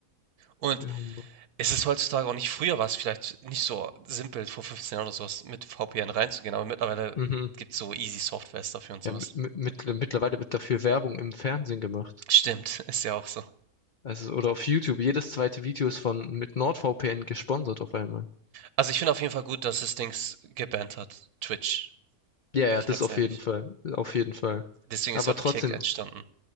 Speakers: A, on the right; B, on the left.
A: Und
B: Ja, Hummer.
A: Es ist heutzutage auch nicht früher war es vielleicht nicht so simpel, vor 15 Jahren oder so was mit VPN reinzugehen, aber mittlerweile
B: mhm.
A: gibt's so easy Softwares dafür und sowas.
B: Ja, mit, mit, mittlerweile wird dafür Werbung im Fernsehen gemacht.
A: Stimmt, <laughs> ist ja auch so.
B: Also, oder auf YouTube. Jedes zweite Video ist von mit NordVPN gesponsert auf einmal.
A: Also, ich finde auf jeden Fall gut, dass das Dings gebannt hat, Twitch,
B: Ja,
A: bin
B: ja,
A: ich
B: das
A: ganz
B: auf
A: ehrlich.
B: jeden Fall. Auf jeden Fall.
A: Deswegen
B: Aber
A: ist ja auch
B: trotzdem,
A: Kick entstanden.